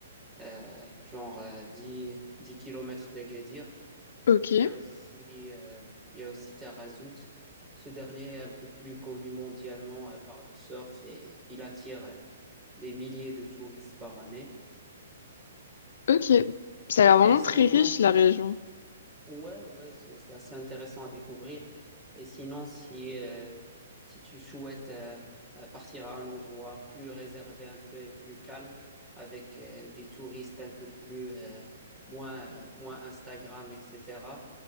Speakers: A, on the right (about 15°); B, on the left (about 65°).
A: euh, genre euh, 10 10 km d'Agadir.
B: Ok.
A: Il y a aussi, euh, il y a aussi Tarazout. Ce dernier est un peu plus connu mondialement euh, par le surf et il attire euh, des milliers de touristes par année.
B: Ok, ça a l'air
A: Et
B: vraiment
A: sinon,
B: très riche la région.
A: ouais, ouais, c'est, c'est assez intéressant à découvrir. Et sinon, si, euh, si tu souhaites euh, euh, partir à un endroit plus réservé un peu et plus calme, avec euh, des touristes un peu plus, euh, moins, moins Instagram, etc.,